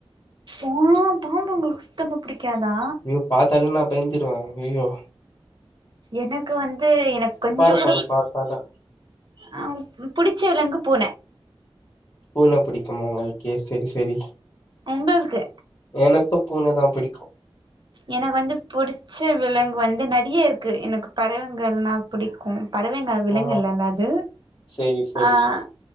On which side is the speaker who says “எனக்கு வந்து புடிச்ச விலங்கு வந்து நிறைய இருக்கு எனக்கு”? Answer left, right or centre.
Right